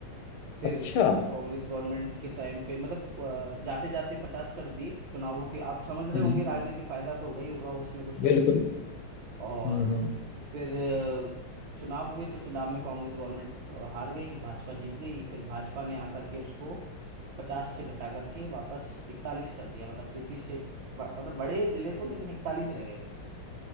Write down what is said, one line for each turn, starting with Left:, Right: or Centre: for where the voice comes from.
Right: फिर
Left: अच्छा
Right: कांग्रेस गवर्नमेंट के टाइम पे मतलब जाते जाते पचास कर दिए चुनावों के आप समझ रहे
Left: हम्म,
Right: होंगे राजनीतिक फायदा तो होगा ही होगा उसमें कुछ ना
Left: बिल्कुल
Right: कुछ और
Left: हम्म
Right: फिर अ, चुनाव हुए तो चुनाव में कांग्रेस गवर्नमेंट अ, हार गई भाजपा जीत गई फिर भाजपा ने आकर के उसको पचास से घटा करके वापस इकतालीस कर दिया मतलब तैतीस से ब- मतलब बड़े जिले तो लेकिन इकतालीस रह गए फिर